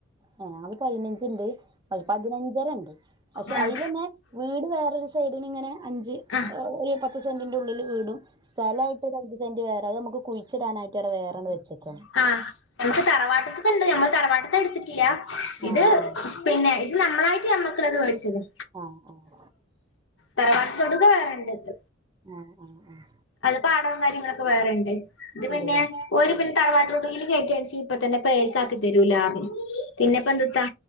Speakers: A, on the right; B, on the left.
A: ഏഹ് ഞങ്ങൾത് പയിനഞ്ച്ണ്ട്. പയ് പതിനഞ്ചരണ്ട്. പക്ഷെ
B: ആഹ്
A: അയിലന്നെ വീട് വേറൊരു സൈഡിന് ഇങ്ങനെ അഞ്ച്
B: അഹ്
A: ഒരു പത്ത് സെന്റിന്റെ ഉള്ളില് വീടും സ്ഥലായിട്ട് ഒര് അഞ്ച് സെന്റ് വേറെ അത് നമ്മക്ക് കുഴിച്ചിടാനായിട്ട് അവിടെ വേറെണ്ട് വെച്ചക്കാണ്.
B: അഹ് നമ്മക്ക് തറവാട്ട്ത്തത്ണ്ട്, നമ്മള് തറവാട്ട്ത്ത ഇടുത്തിട്ടില്ല. ഇത്
A: ആഹ് ആഹ്
B: പിന്നെ ഇത് നമ്മളായിട്ട് നമ്മക്ക് ക്കത് വേടിച്ചതാ
A: ആഹ് ആഹ്
B: തറവാട്ട് തൊടുത്തത് വേറെണ്ടത്
A: ആഹ് ആഹ് ആഹ്
B: അത് പാടവും കാര്യങ്ങളൊക്കെ വേറെണ്ട്. ഇത് പിന്നെ
A: ഉണ്ടല്ലേ
B: ഓര് പിന്നെ തറവാട്ട് തൊടുകീൽ കേറ്റാണച്ചങ്കി ഇപ്പ തന്നെ പേര്ക്ക്‌ ആക്കി തരൂ ലാറഞ്ഞു. പിന്നെപ്പെന്തുത്താ,